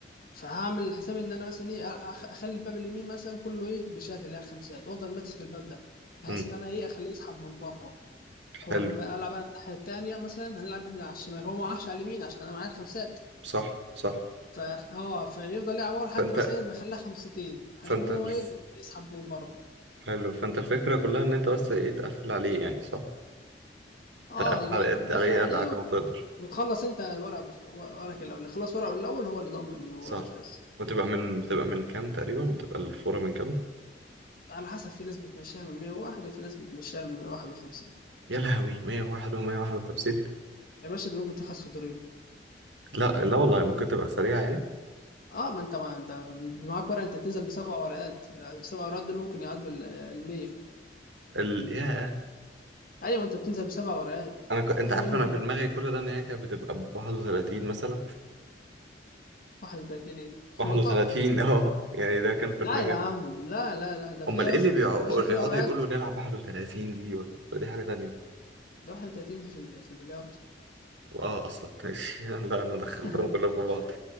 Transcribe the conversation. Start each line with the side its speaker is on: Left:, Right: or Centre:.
Left: فهعمل حسابي ان انا مثلا ايه أخ- اخلي الباب اليمين مثلا كله ايه بشات اللي هي الخمسات وافضل ماسك الباب ده بحيث
Right: امم
Left: ان انا ايه اخليه يسحب من بره هو
Right: حلو
Left: لما العب انا الناحيه التانيه مثلا هنلعب احنا على الشمال هو ما راحش على اليمين عشان انا معايا الخمسات
Right: صح صح
Left: ف اه فيفضل يلعب ورا لحد
Right: فانت
Left: مثلا إيه ما يخليها خمستين هيقوم
Right: فانت
Left: هو
Right: الف...
Left: ايه يسحب من بره
Right: حلو فانت الفكرة كلها ان انت بس ايه تقفل عليه يعني صح
Left: اه
Right: تقفل
Left: اللي
Right: على
Left: هو تقفل
Right: قد عليه
Left: عليه
Right: على قد
Left: وت...
Right: ما تقدر
Left: وتخلص انت الورق بس... ورقك الاول اللي خلص ورقه الاول هو اللي ضمن وهو
Right: صح
Left: اللي فاز
Right: بتبقى من بتبقى من كام تقريبا بتبقى الفورة من كام
Left: على حسب في ناس بتمشيها من 101 وفي ناس بتمشيها من 151
Right: يا لهوي 101 و151
Left: يا باشا ده ممكن تخلص في الدورين
Right: لا لا والله ممكن تبقى سريعة يعني
Left: اه ما انت ما انت معاك ورقه انت بتنزل بسبع ورقات السبع ورقات دول ممكن يعدوا ال 100
Right: ال... ياه
Left: ايوه انت بتنزل بسبع ورقات
Right: انا ك... انت
Left: في
Right: عارف
Left: منهم
Right: انا في دماغي كل ده ان هي كانت بتبقى ب 31 مثلا
Left: 31 ايه
Right: 31
Left: نقطه
Right: <laughs> اه يعني ده كان في
Left: لا
Right: دماغي
Left: يا عم
Right: ده
Left: لا لا لا ده فيها
Right: امال ايه اللي
Left: بس
Right: بيقعدوا
Left: يا باشا فيها
Right: يقعدوا
Left: ورقات
Right: يقولوا نلعب 31 دي ولا ولا دي حاجة تانية
Left: ده 31 دي في ال- في البلياردو
Right: اه اصلا ماشي <laughs> لا انا دخلتهم
Left: <laughs>
Right: كلهم في بعض